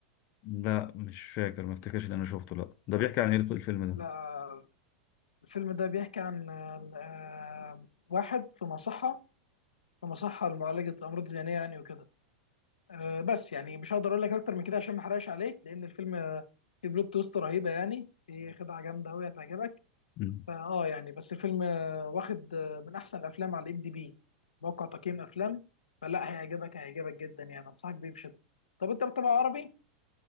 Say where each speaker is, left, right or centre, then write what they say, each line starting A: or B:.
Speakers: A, on the left (about 45°); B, on the left (about 85°).
A: لا مش فاكر ما افتكرش ان انا شفته لا ده بيحكي عن ايه الفيلم ده
B: لا الفيلم ده بيحكي عن آه، واحد في مصحة في مصحة لمعالجة امراض ذهنية يعني وكده آه، بس يعني مش هقدر اقول لك اكتر من كده عشان ما احرقش عليك لان الفيلم آه، فيه بلوت تويست رهيبه يعني في خدعه جامده قوي هتعجبك
A: امم
B: فاه يعني بس الفيلم آه، واخد آه، من احسن الافلام على الام دي بي موقع تقييم افلام فلا هيعجبك هيعجبك جدا يعني انصحك بيه بشده طب انت بتتابع عربي